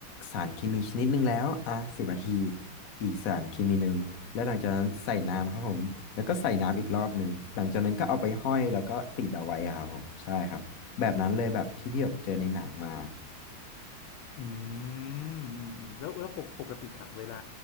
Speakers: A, on the left; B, on the left.
A: สารเคมีชนิดหนึ่งแล้วอ่ะสิบนาทีอีกสารเคมีหนึ่งแล้วหลังจากนั้นใส่น้ำครับผมแล้วก็ใส่น้ำอีกรอบหนึ่งหลังจากนั้นก็เอาไปห้อยแล้วก็ติดเอาไว้อะครับผมใช่ครับแบบนั้นเลยแบบที่พี่แบบเจอในหนังมา
B: อืมอืมอืมแล้วแล้วปกปกติอะเวลา